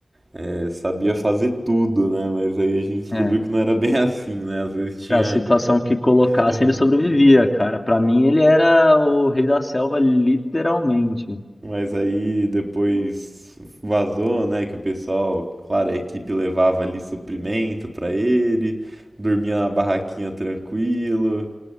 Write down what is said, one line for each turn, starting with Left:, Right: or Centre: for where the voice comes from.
Right: é, sabia fazer tudo, né? Mas aí a gente descobriu
Left: é.
Right: que não era bem <laughs> assim, né? Às vezes tinha.
Left: A situação que colocasse,
Right: <laughs>
Left: ele sobrevivia, cara. Pra mim, ele era o rei da selva, literalmente.
Right: Mas aí depois vazou, né? Que o pessoal, claro, a equipe levava ali suprimento pra ele, dormia na barraquinha tranquilo,